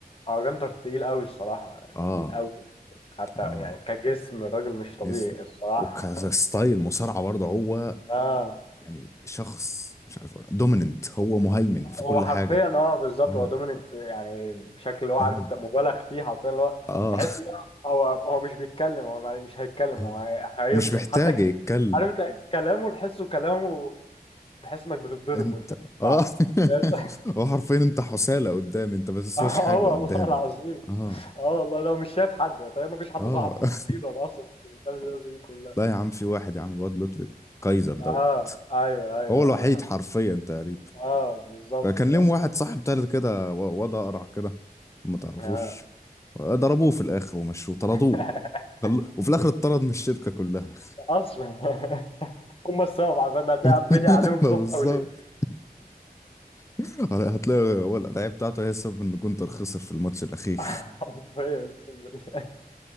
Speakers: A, on the left; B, on the left.
A: اه جنتر تقيل قوي الصراحة يعني
B: اه
A: تقيل قوي حتى
B: اه
A: يعني كجسم الراجل مش طبيعي
B: جسم
A: الصراحة
B: وكستايل مصارعة برضه هو
A: <laughs> اه
B: يعني شخص مش عارف دوميننت هو مهيمن في كل
A: هو حرفيا
B: حاجة
A: اه بالظبط
B: اه
A: هو دوميننت يعني بشكل اللي هو عارف
B: اه
A: انت مبالغ فيه حرفيا اللي هو
B: اه
A: تحس هو هو مش بيتكلم هو ما- مش هيتكلم
B: <laughs> اه
A: هو هي- هيضرب
B: مش محتاج
A: حتى ك-
B: يتكلم
A: عارف انت كلامه تحسه كلامه تحس انك بتتضرب
B: انت
A: وانت بتسمعه
B: اه
A: أساساً.
B: <laughs> هو حرفيا انت حسالة قدامي انت
A: <laughs>
B: ما تسواش
A: اه
B: حاجة
A: والله
B: قدامي
A: العظيم
B: اه
A: اه والله لو مش شايف حد طيب ما فيش حد
B: اه
A: صاحبه
B: <laughs>
A: تقريبا اصلا <laughs> في البلد دي كلها
B: لا يا عم في واحد يا عم الواد لطفي كايزر دوت
A: اه ايوه ايوه
B: هو الوحيد
A: ما شاء
B: حرفيا تقريبا
A: الله اه بالظبط
B: كان
A: بس
B: ليهم واحد صاحب تالت كده و- واد اقرع كده ما تعرفوش
A: اه
B: ضربوه في الاخر ومشوه طردوه
A: <laughs>
B: خل- وفي الاخر اتطرد من الشركة كلها
A: اصلا هم السبب عشان هتلاقي
B: <laughs>
A: عم بدعي عليهم
B: ما
A: صبح
B: بالظبط
A: وليل
B: <laughs> هتلاقي هو الدعاية بتاعته هي السبب ان جونتر خسر في الماتش الاخير
A: <laughs> حرفيا اقسم بالله